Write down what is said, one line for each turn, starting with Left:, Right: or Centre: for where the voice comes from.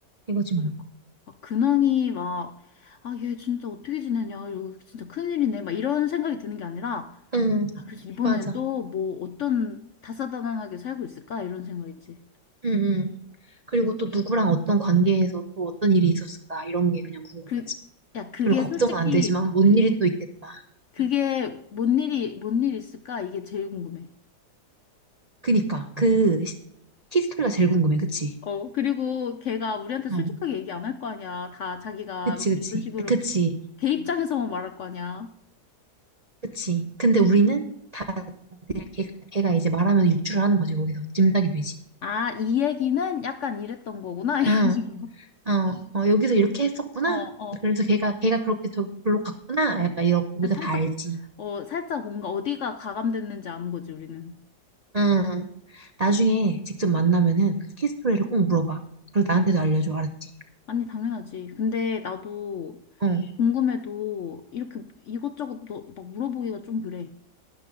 Right: 이거지
Left: 그러니까.
Right: 뭐.
Left: 막 근황이 막, 아, 얘 진짜 어떻게 지내냐, 이거 진짜 큰일이네, 막 이런 생각이 드는 게 아니라,
Right: 응,
Left: 아, 그래서 이번엔
Right: 맞아.
Left: 또 뭐 어떤 다사다난하게 살고 있을까? 이런 생각이지.
Right: 응, 응. 그리고 또 누구랑 어떤 관계에서 또 어떤 일이 있었을까? 이런 게 그냥 궁금하지.
Left: 그, 야, 그게
Right: 별로 걱정은
Left: 솔직히,
Right: 안 되지만 뭔 일이 또 있겠다.
Left: 그게
Right: 응.
Left: 뭔 일이, 뭔 일 있을까? 이게 제일 궁금해.
Right: 그니까. 그 히스토리가 제일 궁금해, 그치?
Left: 어, 그리고 걔가 우리한테 솔직하게
Right: 어.
Left: 얘기 안 할 거 아니야. 다 자기가
Right: 그치, 그치,
Left: 이런 식으로
Right: 그치,
Left: 걔 입장에서만 말할 거 아니야.
Right: 그치. 근데 우리는 다 걔, 걔가 이제 말하면 유추를 하는 거지, 거기서. 짐작이 되지.
Left: 아, 이 얘기는 약간 이랬던 거구나, <laughs> 이런
Right: 응,
Left: 식으로.
Right: 어, 어, 여기서 이렇게 했었구나.
Left: 어, 어.
Right: 그래서 걔가, 걔가 그렇게 저기로 갔구나. 약간 이런, 거기서
Left: 아, 살짝,
Right: 다 알지.
Left: 어, 살짝 뭔가 어디가 가감됐는지 아는 거지, 우리는.
Right: 응. 나중에 직접 만나면은 키스토리를 꼭 물어봐. 그리고 나한테도 알려줘, 알았지?
Left: 아니, 당연하지. 근데 나도
Right: 어.
Left: 궁금해도 이렇게 이것저것 너, 막 물어보기가 좀 그래.